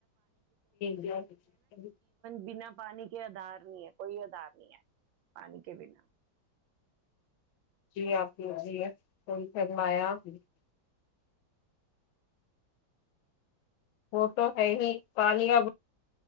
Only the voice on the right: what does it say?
بینا پانی کے عادات کوی ادار نہیں پانی کے بینا